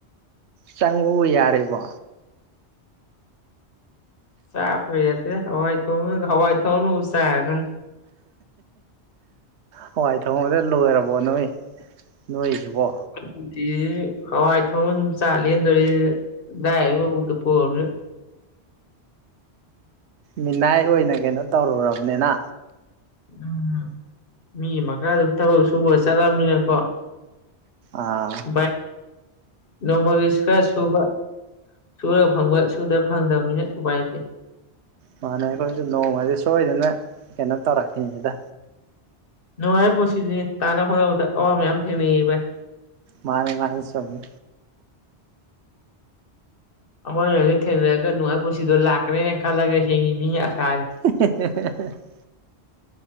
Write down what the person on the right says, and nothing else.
ꯆꯪꯕꯕꯨ ꯌꯥꯔꯤꯕꯣ?
ꯍꯋꯥꯏ ꯊꯣꯡꯕꯗ ꯂꯣꯏꯔꯕꯣ ꯅꯣꯏ ꯅꯣꯏꯁꯤꯕꯣ?
ꯃꯤꯅꯥꯏ ꯑꯣꯏꯅ ꯀꯩꯅꯣ ꯇꯧꯔꯨꯔꯕꯅꯤꯅ
ꯑꯥ
ꯃꯥꯥꯟꯅꯦ ꯑꯩꯈꯣꯏꯁꯨ ꯅꯣꯡꯃꯗꯤ ꯁꯣꯏꯗꯅ ꯀꯩꯅꯣ ꯇꯧꯔꯛꯈꯤꯅꯤꯗ꯫
ꯃꯥꯅꯦ ꯃꯥꯅꯦ ꯆꯨꯝꯃꯦ
<unintelligible>